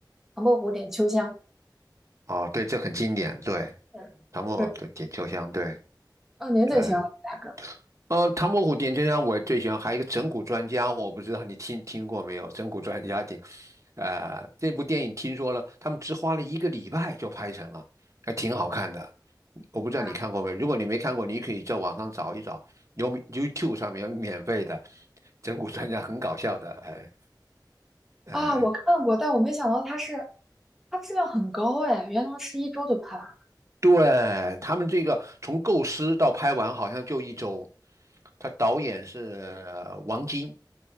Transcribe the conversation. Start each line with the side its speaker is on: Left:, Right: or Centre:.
Centre: 《唐伯虎点秋香》。
Right: 哦，对，这很经典，对，
Centre: 是
Right: 唐伯虎点秋香，
Centre: 是，
Right: 对，
Centre: 啊，您最喜欢哪个？
Right: 呃呃，唐伯虎点秋香我最喜欢，还有一个整蛊专家，我不知道你听听过没有？整蛊专家挺，呃，这部电影听说了，他们只花了一个礼拜就拍成了，还挺好看的。我不知道你看过没有？
Centre: 啊
Right: 如果你没看过，你可以在网上找一找，有 YouTube 上面有免费的整蛊专家，很搞笑的。哎哎，
Centre: 啊，我看过，但我没想到它是它质量很高哎，原来是一周就拍完了。
Right: 对，他们这个从构思到拍完好像就一周，他导演是呃王晶。